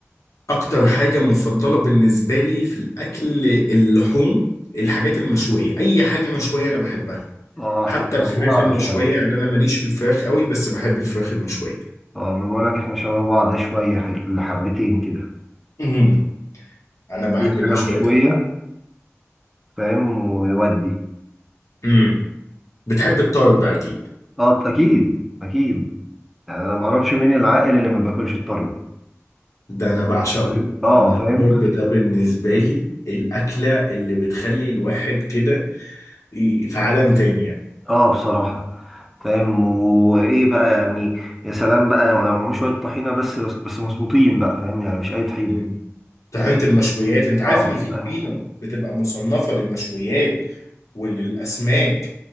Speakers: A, on the left; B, in the centre.
A: أكتر حاجة مفضلة بالنسبة لي في الأكل اللحوم الحاجات المشوية أي حاجة مشوية أنا بحبها
B: اه احنا
A: حتى
B: شبه
A: الفراخ
B: بعض
A: المشوية
B: شوية
A: يعني أنا ماليش في الفراخ قوي بس بحب الفراخ المشوية
B: اه ما بقول لك احنا شبه بعض شوية حل- حبتين كده
A: أمم. أنا بحب
B: دي
A: المشويات
B: حاجة مشوية
A: أوي.
B: فاهم ويودي
A: أمم. بتحب الطرب أكيد
B: اه اكيد اكيد يعني انا ما اعرفش مين العاقل اللي ما بياكلش الطرب
A: ده انا بعشقه
B: فاهم؟ اه
A: انا
B: فاهم
A: الطرب ده بالنسبه لي الاكله اللي بتخلي الواحد كده ي- في عالم تاني يعني
B: اه بصراحة فاهم وايه بقى يعني يا سلام بقى لو معاهم شوية طحينة بس بس, بس مظبوطين بقى فاهم يعني مش اي طحينة
A: مم. طحينه المشويات انت عارف
B: اه
A: ان في طحينه
B: فاهم
A: بتبقى مصنفه للمشويات وللاسماك